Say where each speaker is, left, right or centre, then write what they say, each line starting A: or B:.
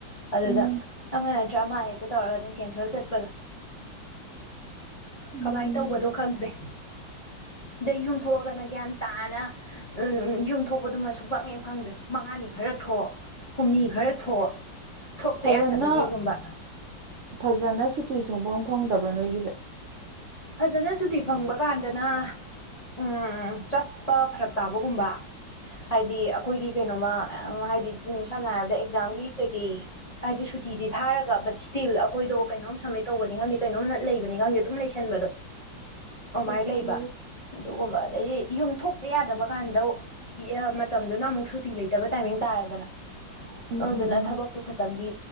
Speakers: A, on the left; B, on the right.
A: ꯑꯗꯨꯗ
B: ꯎꯝ
A: ꯑꯃ ꯅꯠꯇ꯭ꯔ ꯑꯃ ꯍꯦꯛꯇ ꯇꯧꯔꯒ ꯑꯗꯨꯝ ꯀꯦꯟꯁꯦꯜ ꯆꯠꯄꯗꯣ
B: ꯎꯝ
A: ꯀꯃꯥꯏ ꯇꯧꯕꯗꯣ ꯈꯪꯗꯦ ꯗꯩ ꯌꯨꯝ ꯊꯣꯛꯑꯒꯅ ꯒ꯭ꯌꯥꯟ ꯇꯥꯅ ꯎꯝ ꯌꯨꯝ ꯊꯣꯛꯄꯗꯨꯃ ꯁꯨꯨꯡꯐꯪ ꯍꯦꯛ ꯐꯪꯗ꯭ꯔꯦ ꯃꯉꯥꯅꯤ ꯈꯔ ꯊꯣꯛ ꯍꯨꯝꯅꯤ ꯈꯔ ꯊꯣꯛ ꯊꯣꯛꯇ
B: ꯐꯖꯅ
A: ꯌꯥꯗꯕꯒꯤꯒꯨꯝꯕ
B: ꯐꯖꯅ ꯁꯨꯇꯤ ꯁꯨꯡꯐꯪ ꯐꯪꯗꯕ꯭ꯔꯣ ꯅꯣꯏꯒꯤꯖꯦ
A: ꯐꯖꯅ ꯁꯨꯇꯤ ꯐꯪꯕ ꯀꯥꯟꯗꯅꯥ ꯎꯝ ꯆꯠꯄ ꯐꯔꯛ ꯇꯥꯕꯒꯨꯝꯕ ꯍꯥꯏꯗꯤ ꯑꯈꯣꯏꯒꯤ ꯀꯩꯅꯣꯝꯃ ꯑꯦ ꯎꯝ ꯍꯥꯏꯗꯤ ꯎꯝ ꯁꯝꯅ ꯍꯥꯏꯔꯕꯗ ꯑꯦꯛꯖꯥꯝꯒꯤ ꯀꯩꯀꯩ ꯍꯥꯏꯗꯤ ꯁꯨꯇꯤꯗꯤ ꯊꯥꯔꯒ ꯕꯠ ꯁ꯭ꯇꯤꯜ ꯑꯈꯣꯏꯗꯣ ꯀꯩꯅꯣꯝ ꯁꯝꯃꯤꯠ ꯇꯧꯕꯅꯤ ꯈꯪꯗꯦ ꯀꯩꯅꯣꯝ ꯅꯠ ꯂꯩꯕꯅꯤ ꯈꯪꯗꯦ ꯑꯗꯨꯝ ꯂꯩꯁ ꯁꯟꯕꯗꯣ ꯑꯃꯥꯏ
B: ꯑꯣꯀꯦ
A: ꯂꯩꯕꯥ ꯑꯗꯨꯒꯨꯝꯕ ꯑꯗꯗꯤ ꯌꯨꯝ ꯊꯣꯛꯇ ꯌꯥꯗꯕ ꯀꯥꯟꯗ ꯌꯥ ꯃ ꯇꯝꯗꯨꯅ ꯑꯃꯨꯛ ꯁꯨꯇꯤ ꯂꯩꯇꯕ ꯇꯥꯏꯃꯤꯡ ꯇꯥꯔꯦꯗꯅꯥ
B: ꯎꯝ
A: ꯑꯗꯨꯗꯨꯅ
B: ꯎꯝ ꯎꯝ
A: ꯊꯕꯛꯇꯨ ꯈꯇꯪꯒꯤ